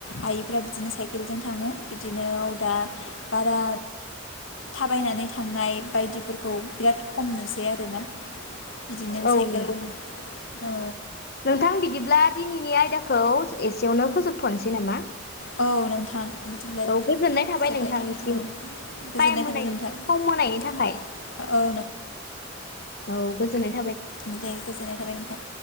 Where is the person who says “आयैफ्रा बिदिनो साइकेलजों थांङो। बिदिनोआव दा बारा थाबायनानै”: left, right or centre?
Left